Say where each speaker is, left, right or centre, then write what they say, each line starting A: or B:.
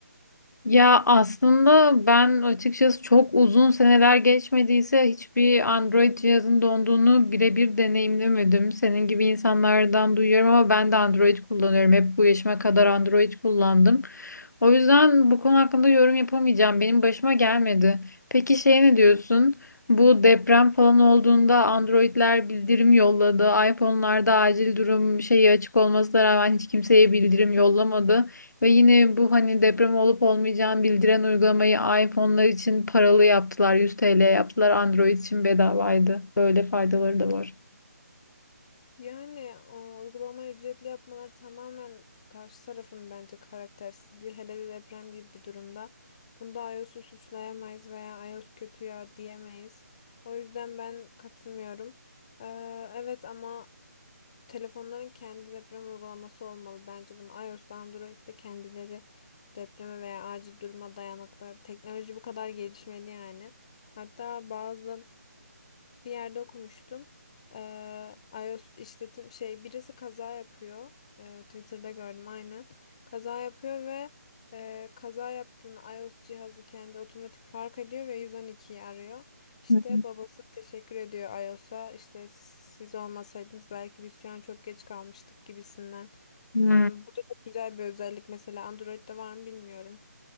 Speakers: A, on the left; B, on the left.
A: Ya aslında ben açıkçası çok uzun seneler geçmediyse hiçbir Android cihazın donduğunu birebir deneyimlemedim. Senin gibi insanlardan duyuyorum ama ben de Android kullanıyorum. Hep bu yaşıma kadar Android kullandım. O yüzden bu konu hakkında yorum yapamayacağım. Benim başıma gelmedi. Peki şey ne diyorsun? Bu deprem falan olduğunda Android'ler bildirim yolladı. iPhone'larda acil durum şeyi açık olmasına rağmen hiç kimseye bildirim yollamadı. Ve yine bu hani deprem olup olmayacağını bildiren uygulamayı iPhone'lar için paralı yaptılar. 100 TL yaptılar. Android için bedavaydı. Böyle faydaları da var.
B: Yani o uygulamayı ücretli yapmalar tamamen karşı tarafın bence karaktersizliği hele de deprem gibi bir durumda. Bunda iOS'u suçlayamayız veya iOS kötü ya diyemeyiz. O yüzden ben katılmıyorum. Ee, evet ama telefonların kendi deprem uygulaması olmalı. Bence bunu iOS'ta Android'de kendileri depreme veya acil duruma dayanıklı. Teknoloji bu kadar gelişmeli yani. Hatta bazı bir yerde okumuştum. Eee iOS işletim şey birisi kaza yapıyor. Eee, Twitter'da gördüm aynen. Kaza yapıyor ve eee, kaza yaptığını iOS cihazı kendi otomatik fark ediyor ve 112'yi arıyor. İşte
A: Hı hı.
B: babası teşekkür ediyor iOS'a. İşte siz olmasaydınız belki biz şu an çok geç kalmıştık gibisinden.
A: Hmm.
B: Eee, bu da çok güzel bir özellik. Mesela Android'de var mı bilmiyorum.